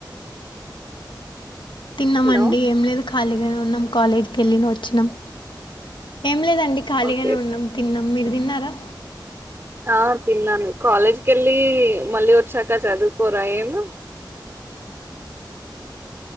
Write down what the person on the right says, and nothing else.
హలో
ఓకే
ఆ తిన్నాను కాలేజ్ వెళ్ళి మళ్ళీ వచ్చాక చదువుకోరా ఏమి